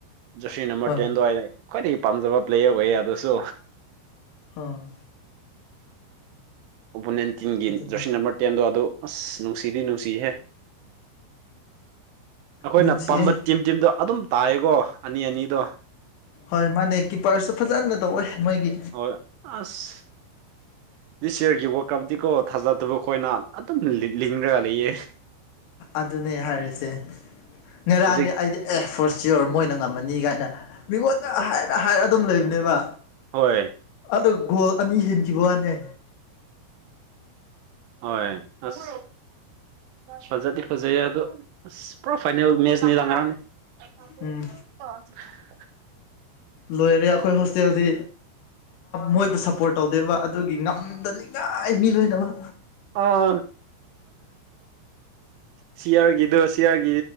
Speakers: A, on the right (about 75°); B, on the left (about 80°).
A: ꯖꯔꯁꯤ ꯅꯝꯕꯔ
B: ꯍꯣꯏ
A: ꯇꯦꯟꯗꯣ ꯑꯩꯅ ꯈ꯭ꯋꯥꯏꯗꯒꯤ ꯄꯥꯝꯖꯕ ꯄ꯭ꯂꯦꯌꯔ ꯑꯣꯏꯌꯦ ꯑꯗꯨꯁꯨ
B: ꯍꯥꯍꯥ
A: ꯑꯣꯄꯣꯅꯟꯇꯤꯟꯒꯤ
B: ꯑꯗꯨꯅꯦ
A: ꯖꯔꯁꯤ ꯅꯝꯕꯔ ꯇꯦꯟꯗꯣ ꯑꯗꯣ ꯑꯁ ꯅꯨꯡꯁꯤꯗꯤ ꯅꯨꯡꯁꯤꯍꯦ ꯑꯩꯈꯣꯏꯅ
B: ꯅꯨꯡꯁꯤꯌꯦ
A: ꯄꯥꯝꯕ ꯇꯤꯝ ꯇꯤꯝꯗꯣ ꯑꯗꯨꯝ ꯇꯥꯏꯌꯦꯀꯣ ꯑꯅꯤ ꯑꯅꯤꯗꯣ
B: ꯍꯣꯏ ꯃꯥꯅꯦ ꯀꯤꯄꯔꯁꯨ ꯐꯖꯅ ꯇꯧꯋꯦ ꯃꯣꯏꯒꯤ
A: ꯍꯣꯏ ꯑꯁ ꯗꯤꯁ ꯏꯌꯥꯔꯒꯤ ꯋꯔ ꯀꯞꯇꯗꯤꯀꯣ ꯊꯥꯖꯗꯕ ꯑꯩꯈꯣꯏꯅ ꯑꯗꯨꯝ ꯂꯤꯡ ꯂꯤꯡꯔꯒ ꯂꯩꯌꯦ
B: ꯑꯗꯨꯅꯦ ꯍꯥꯏꯔꯤꯁꯦ ꯉꯔꯥꯡꯗꯤ
A: ꯍꯧꯖꯤꯛ
B: ꯑꯩꯗꯤ ꯑꯦ ꯐꯣꯔ ꯁꯤꯌꯣꯔ ꯃꯣꯏꯅ ꯉꯝꯃꯅꯤ ꯀꯥꯏꯅ ꯃꯤꯉꯣꯟꯗ ꯍꯥꯏꯔ ꯍꯥꯏꯔ ꯑꯗꯨꯝ ꯂꯩꯕꯅꯦꯕ
A: ꯍꯣꯏ
B: ꯑꯗꯨꯗ ꯒꯣꯜ ꯑꯅꯤ ꯍꯦꯟꯈꯤꯕꯈꯤꯕ ꯋꯥꯅꯦ
A: ꯍꯣꯏ ꯑꯁ ꯐꯖꯗꯤ ꯐꯖꯩꯌꯦ ꯑꯗꯨ ꯑꯁ ꯄꯨꯔꯥ ꯐꯥꯏꯅꯦꯜ ꯃꯦꯠꯁꯅꯦꯗ ꯉꯔꯥꯡꯗꯤ <unintelligible>
B: ꯎꯝ ꯂꯣꯏꯔꯦ ꯑꯩꯈꯣꯏ ꯍꯣꯁꯇꯦꯜꯗꯤ ꯃꯣꯏꯕꯨ ꯁꯞꯄꯣꯔꯠ ꯇꯧꯗꯦꯕ ꯑꯗꯨꯒꯤ ꯉꯝꯗꯅꯤꯉꯥꯏ ꯃꯤ ꯂꯣꯏꯅꯃꯛ
A: ꯑꯣ ꯁꯤꯌꯥꯔꯒꯤꯗ ꯁꯤꯌꯥꯒꯤ